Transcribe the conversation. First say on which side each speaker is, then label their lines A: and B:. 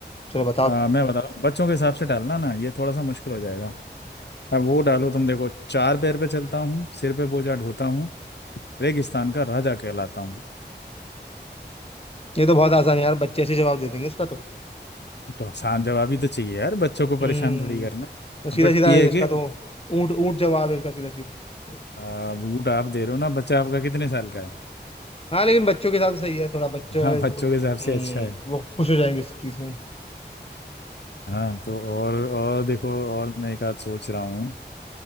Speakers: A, on the left; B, on the left.
A: चलो बताओ
B: अ, मैं बता बच्चों के हिसाब से डालना ना ये थोड़ा सा मुश्किल हो जाएगा अब वो डालो तुम देखो चार पैर पे चलता हूँ सिर पे बोझा ढोता हूँ रेगिस्तान का राजा कहलाता हूँ
A: ये तो बहुत आसान है यार बच्चे ऐसे जवाब दे देंगे इसका तो
B: तो आसान जवाब ही तो चाहिए यार बच्चों को
A: हम्म
B: परेशान थोड़ी करना
A: तो सीधा
B: है बट
A: सीधा
B: ये
A: है
B: है
A: इसका
B: कि
A: तो ऊंट ऊंट जवाब है इसका सीधा सीधा
B: आ, बूट आप दे रहे हो ना बच्चा आपका कितने साल का है
A: हाँ लेकिन बच्चों के साथ सही है थोड़ा बच्चे
B: हाँ बच्चों
A: वो हम्म
B: के हिसाब से अच्छा है
A: वो खुश हो जाएंगे इस चीज में
B: हाँ तो और और देखो और मैं एक आध सोच रहा हूँ